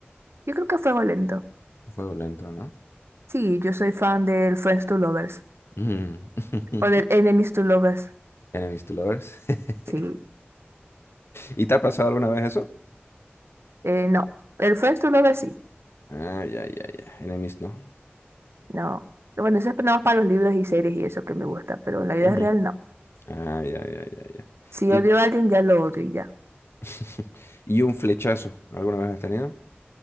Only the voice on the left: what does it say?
Fuego lento, ¿no?
Mm. <laughs>
Enemies to lovers. <laughs>
¿Y te ha pasado alguna vez eso?
Ah, ya, ya, ya. Enemies, ¿no?
Ujú.
Ah, ya, ya, ya, ya.
Y,
<laughs> y un flechazo, ¿alguna vez has tenido?